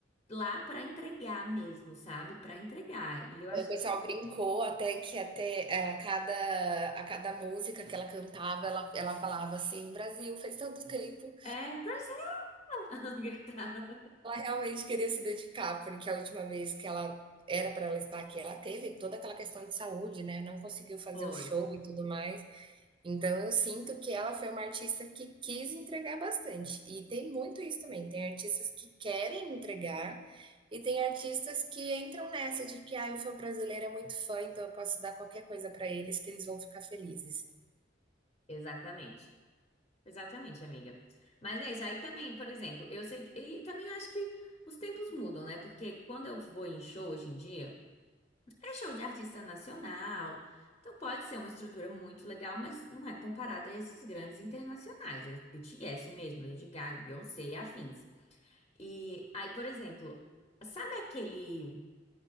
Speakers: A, on the left (about 30°); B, on the right (about 25°).
A: lá pra entregar mesmo, sabe? Pra entregar. E eu acho,
B: Aí o pessoal brincou até que até, eh, a cada a cada música que ela cantava, ela ela falava assim: "Brasil, faz tanto tempo".
A: é, Brasil! <laughs> Ela gritava.
B: realmente querer se dedicar, porque a última vez que ela era para ela estar aqui, ela teve toda aquela questão de saúde, né? Não conseguiu fazer
A: Foi,
B: o show e tudo mais. Então eu sinto que ela foi uma artista que quis entregar bastante. E tem muito isso também. Tem artistas que querem entregar e tem artistas que entram nessa de que ah, o fã brasileiro é muito fã, então eu posso dar qualquer coisa para eles que eles vão ficar felizes.
A: exatamente. Exatamente, amiga. Mas é isso. Aí também, por exemplo, eu sei que. E também acho que os tempos mudam, né? Porque quando eu vou em show hoje em dia, é show de artista nacional. Então pode ser uma estrutura muito legal, mas não é comparada a esses grandes internacionais. É BTS mesmo, Lady Gaga, Beyoncé e afins. E aí, por exemplo, sabe aquele.